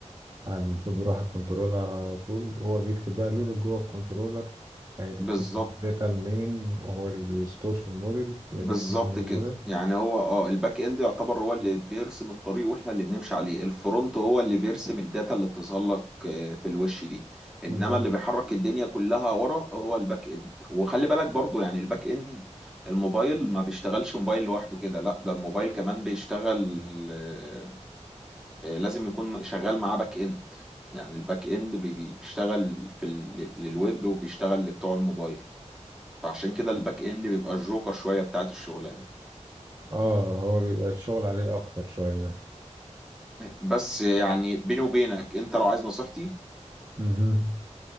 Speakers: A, on the right; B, in the centre.
A: يعني المفروض بيروح على الكنترولر على طول وهو بيكتب بقى لوجيك جوه الكنترولر هيرتريف
B: بالظبط
A: الداتا منين وهو اللي بيستور في الموديل ويرتريف
B: بالظبط
A: من الموديل
B: كده يعني هو اه الباك اند يعتبر هو اللي بيرسم الطريق واحنا اللي بنمشي عليه الفرونت هو اللي بيرسم الداتا اللي بتظهر لك آه، في الوش دي انما
A: بالظبط
B: اللي بيحرك الدنيا كلها ورا هو الباك اند وخلي بالك برضو يعني الباك اند الموبايل ما بيشتغلش موبايل لوحده كده لا ده الموبايل كمان بيشتغل آه، آه، لازم يكون شغال معاه باك اند يعني الباك اند بي- بيشتغل في ال- للويب وبيشتغل لبتوع الموبايل فعشان كده الباك اند بيبقى الجوكر شوية بتاعت الشغلانة
A: اه هو بيبقى الشغل عليه اكتر شوية
B: بس يعني بيني وبينك انت لو عايز نصيحتي
A: مهم.